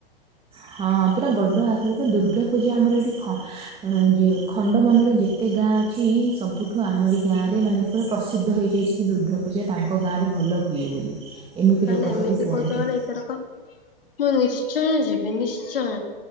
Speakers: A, on the right (about 20°); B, on the left (about 70°).
A: ହଁ ପୁରା ବଡ଼ ଆକାରରେ ବା ଦୁର୍ଗା ପୂଜା ଆମର ଏଇଠି ଯେ ଖଣ୍ଡ ମଣ୍ଡଳ ଯେତେ ଯେତେ ଗାଁ ଅଛି ସବୁଠୁ ଆମରି ଗାଁରେ ମାନେ ପୁରା ପ୍ରସିଦ୍ଧ ହେଇଯାଇଛି କି ଦୁର୍ଗା ପୂଜା ତାଙ୍କ ଗାଁରେ ଭଲ ହୁଏ। କିଏ ବୋଲି। ଏମିତି
B: ତାହେଲେ
A: ଲୋକ
B: ଏମିତି
A: ସବୁ କୁହନ୍ତି
B: କହୁଚ ମାନେ ଏଇଥରକ ମୁଁ ନିଶ୍ଚୟ ଯିବି ନିଶ୍ଚୟ।